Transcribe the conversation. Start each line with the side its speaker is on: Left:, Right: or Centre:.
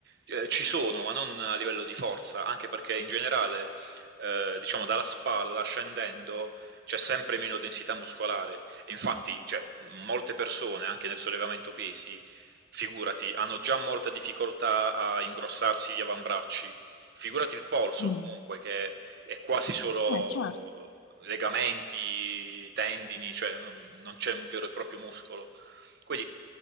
Right: eh, ci sono, ma non a livello di forza, anche perché in generale, eh, diciamo, dalla spalla scendendo c'è sempre meno densità muscolare. E infatti, cioè, molte persone, anche nel sollevamento pesi, figurati, hanno già molta difficoltà a ingrossarsi gli avambracci Figurati il polso
Left: Mh.
Right: comunque che è quasi solo
Left: Eh certo,
Right: legamenti, tendini, cioè non, non c'è un vero e proprio muscolo. Quindi